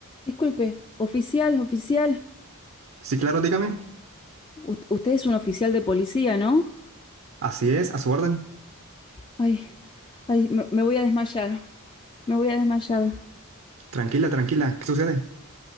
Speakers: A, on the left; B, on the right.
A: Disculpe, oficial, oficial.
B: Sí, claro, dígame.
A: Us- usted es un oficial de policía, ¿no?
B: Así es, a su orden.
A: Ay, ay, me, me voy a desmayar. Me voy a desmayar.
B: Tranquila, tranquila. ¿Qué sucede?